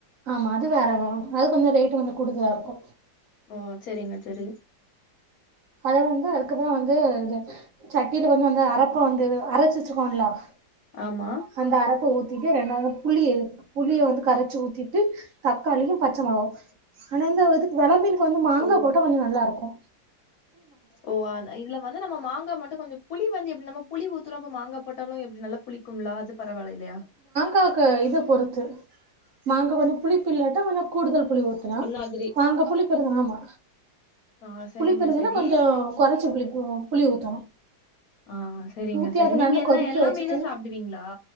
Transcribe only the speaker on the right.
ஆமா அது வேற வரு அது கொஞ்சோ ரேட்டு வந்து கூடுதலா இருக்கு
அத வந்து அதுக்கப்றோ வந்து சட்டில கொஞ்சொ வந்து அரப்பா வந்து <unintelligible>
அந்த அரப்ப ஊத்திட்டு ரெண்டாவது புளி புளிய வந்து கரச்சு ஊத்திட்டு தக்காளியு பச்ச மொளகு ஆனா இந்த இதுக் வளமீனுக்கு வந்து மாங்கா
போட்டா கொஞ்சொ நல்லா இருக்கு
காக்க இத பொறுத்து மாங்கா கொஞ்சோ புளிப்பில்லட்ட கொஞ்சொ கூடுதல் புலி ஊத்துலா
மாங்கா புளிப்பிருந்துனாமா
புளிப்பிருதுனா
கொஞ்சோ கொறச்ச புளிப்பூ புளி ஊத்தணு
ஊத்தி
அத
நல்லா
கொதிக்க
வெச்சிட்டு